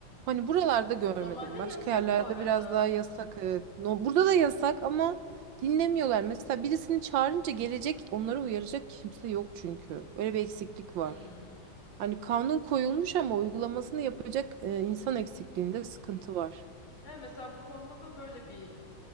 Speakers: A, on the right; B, on the left.
A: hani buralarda görmedim.
B: normalde
A: Başka
B: yasak
A: yerlerde
B: bu arada.
A: biraz daha yasak. Evet. No, burada da yasak ama dinlemiyorlar. Mesela birisini çağırınca gelecek onları uyaracak kimse yok çünkü. Öyle bir eksiklik var.
B: Hmm.
A: Hani kanun koyulmuş ama uygulamasını yapacak e, insan eksikliğinde sıkıntı var.
B: Evet, mesela bu konuda da böyle bir